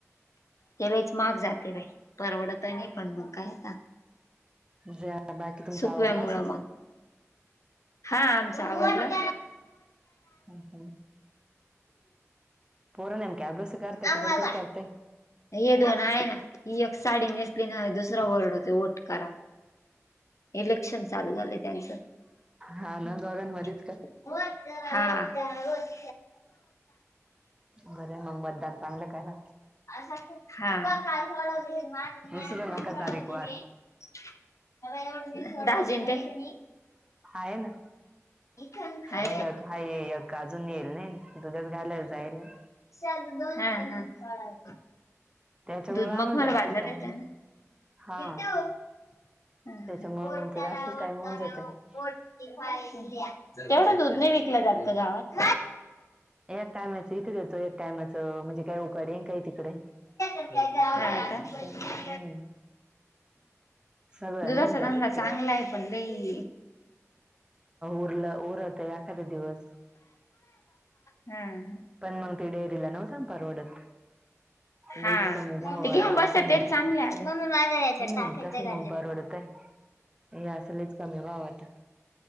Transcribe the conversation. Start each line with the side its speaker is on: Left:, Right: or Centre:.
Left: तेलाच माग जाते बाई परवडत नाही पण मग काय आता
Right: जा बाकी तुमचं
Left: सुकव्या
Right: आवरलं
Left: मुळं
Right: असेल
Left: मग हा आमच आवडला.
Right: हम हा पोरं नमक्या अब्यास करतेय का
Left: आम्हाला
Right: बडबड करतेय
Left: हे दोन आहे ना ही एक साडी नेसली ना दुसरा वरडतोय ओट कारा इलेक्शन चालू झालंय त्यांचं
Right: हा ना
Left: ओट
Right: दोघांमध्येच का
Left: करा ओट करा हा
Right: घर मग बदान चांगलं करा
Left: हा आ माझ मी
Right: विसरू
Left: आढवले
Right: नका तारीख
Left: हे
Right: वार
Left: बगा एव्हडं आणी भाजीन ते
Right: आहे ना
Left: का हा
Right: अ य हा ये य अजून येईल नाही दुधास घालायला जायला
Left: हा हा
Right: त्याच्यामुळे
Left: दुध
Right: आम्हाला
Left: मग मला
Right: जास्तच
Left: वाडलाला
Right: टाइम
Left: आहे त्याना
Right: हा
Left: हा- हा
Right: त्याच्यामुळे
Left: ओट
Right: मग तो
Left: करा
Right: जास्तच टाइम
Left: ओट
Right: होऊन
Left: करा
Right: जातोय
Left: ओटची फाईल द्या. चल केवढं दूध नाही विकलं जात का गावात
Right: याक टायमाच इथं देतो एक टायमाचं म्हणजे काही उकाडेन काही तिकडे
Left: हा का ह-ह
Right: असं हम्म सगळं
Left: दुधाचा
Right: नाही जात
Left: रंगा चांगला
Right: ते
Left: आहे पण लई
Right: उरलं उरत एखादा दिवस
Left: हम्
Right: पण मंग ते डेरीला नव्हतं ना परवडत
Left: हा
Right: लईच कमी भाव
Left: ते
Right: आता
Left: घेऊन बसतात
Right: असं मग
Left: तेच चांगल आहे अग
Right: हम्म तसं मग परवडत आहे हे असलेच कमी व्हाव आता